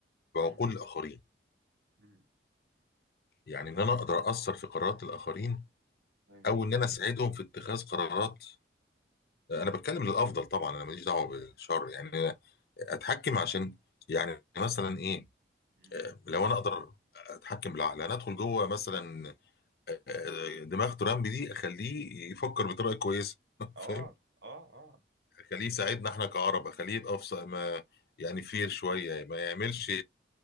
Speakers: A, on the left; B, on the right.
A: بعقول
B: مم،
A: الاخرين
B: مم،
A: يعني ان انا اقدر اثر في قرارات الاخرين
B: مم،
A: او ان انا اساعدهم في اتخاذ قرارات انا بتكلم للافضل طبعا انا ماليش دعوه بالشر يعني أنا اتحكم عشان يعني مثلا ايه
B: مم.
A: آه، لو انا اقدر اتحكم بالعقل انا ادخل جوه مثلا آه، آه، دماغ ترامب دي اخليه يفكر بطريقه كويسه <laughs>
B: اه
A: فاهم
B: اه اه
A: خليه يساعدنا احنا كعرب خليه يبقى في ص- ما يعني فير شويه ما يعملش